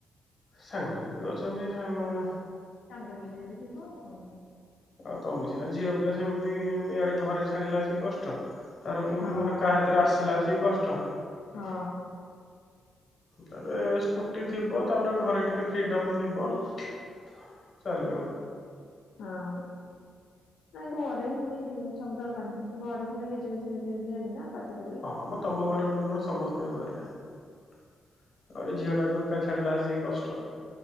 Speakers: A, on the left; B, on the left.
A: ସାଙ୍ଗସାଥି ବି ଅଛନ୍ତି ସା- -
B: ସାଙ୍ଗ ସଥି ମାନେ ଯିବ ଆଉ କଣ?
A: ଆଉ ତମେ ସିନା ଝିଅ ପିଲା ସେମିତି ଇଆଡେ ଘରେ ଛାଡିଲା- - ଆସିକି କଷ୍ଟ। ତାର କୋଉଠି
B: ହଁ
A: ଗୋଟେ କାହା ସାଥିରେ ଆସିଲା ସେ କଷ୍ଟ।
B: ହଁ।
A: ତାପରେ ସ୍କୁଟି ଥିବ, ତାପରେ ଘରେ ଟିକେ ଫ୍ରିଡମ୍ -- ଥିବ
B: ଇସ୍
A: ଚାଲିବ।
B: ହଁ। ନାଇଁ ଘରେ ବି ପୁଣି ସବୁଜାକ ପାଟି। ଘରେ ପୁଣି ଗେଜେ ଗେଜେ ଗେଜେ ହେବେ ନା। ପାଟି କରିବେ।
A: ହଁ ମଁ ତମ ଘରେ ବୋଲି ନୁହେଁ। ସମସ୍ତଙ୍କ ଘରେ। ଆଉ ଗୋଟେ ଝିଅଟାକୁ ଏକା ଛାଡିଲା ଆସିକି କଷ୍ଟ।